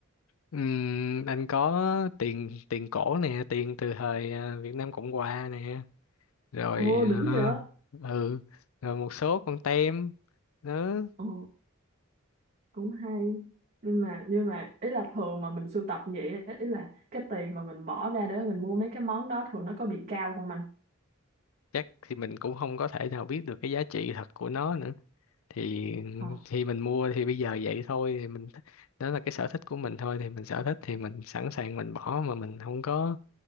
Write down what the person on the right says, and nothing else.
ồ đỉnh vậy
ồ cũng hay nhưng mà nhưng mà ý là thường mà mình sưu tập như vậy á, ý là cái tiền mà mình bỏ ra để mình mua mấy cái món đó thường nó có bị cao không anh
ờ